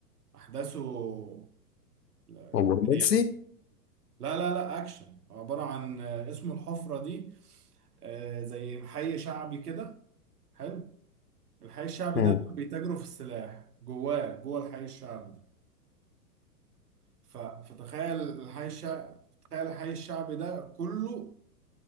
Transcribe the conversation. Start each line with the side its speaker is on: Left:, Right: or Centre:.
Right: أحداثه لا-
Left: هو رومانسي؟
Right: سريعة لا لا لا أكشن عبارة عن آه، اسمه الحفرة دي آه زي محي شعبي كده حلو الحي الشعبي
Left: مم.
Right: ده بيتاجروا في السلاح جواه جوه الحي الشعبي ده ف- فتخيل الحي الشعبي تخيل الحي الشعبي ده كله